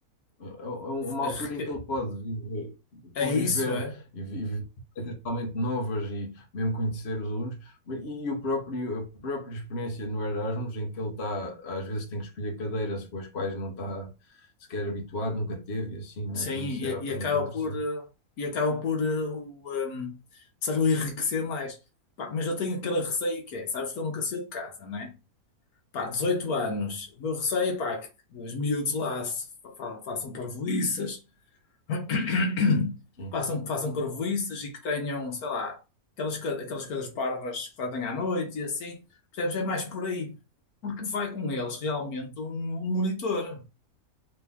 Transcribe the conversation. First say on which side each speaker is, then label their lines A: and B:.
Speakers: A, on the left; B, on the left.
A: é é um, uma
B: É
A: altura em que ele pode viver-
B: é
A: conviver
B: isso, é.
A: e vi- viver coisas totalmente novas e mesmo conhecer os alunos, mas- e o próprio, a própria experiência no Erasmus, em que ele está, às vezes tem que escolher cadeiras com as quais não está sequer habituado, nunca teve, e assim, não
B: Sim,
A: é? Tudo isso
B: e,
A: é altamente
B: e acaba
A: interessante.
B: por, eh, e acaba por eh, o, ehm, ou seja, o enriquecer mais. Pá, mas eu tenho aquele receio que é, sabes que eu nunca saí de casa, né? Pá, dezoito anos,
A: Sim,
B: o meu receio, pá, é que os miúdos lá se fa- fa- façam parvoíças, <coughs> <clears throat>
A: sim,
B: façam, façam parvoíças e que tenham, sei lá, aquelas, co- aquelas coisas parvas que fazem à noite e assim, percebes? É mais por aí, porque vai com eles realmente um, um monitor.